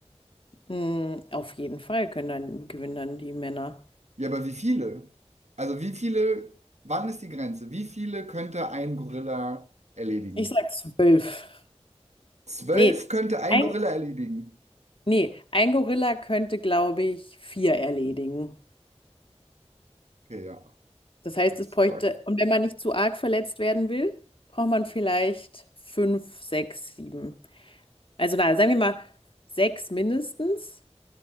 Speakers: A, on the left; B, on the right.
A: Hm, auf jeden Fall können dann, gewinnen dann die Männer.
B: Ja, aber wie viele? Also wie viele, wann ist die Grenze? Wie viele könnte ein Gorilla erledigen?
A: Ich sag zwölf.
B: Zwölf
A: Nee,
B: könnte ein
A: ein,
B: Gorilla erledigen.
A: nee, ein Gorilla könnte, glaube ich, vier erledigen.
B: Okay, ja,
A: Das heißt,
B: das
A: es
B: ist
A: bräuchte,
B: arg.
A: und wenn man nicht zu arg verletzt werden will, braucht man vielleicht fünf, sechs, sieben. Also, na, sagen wir mal sechs mindestens.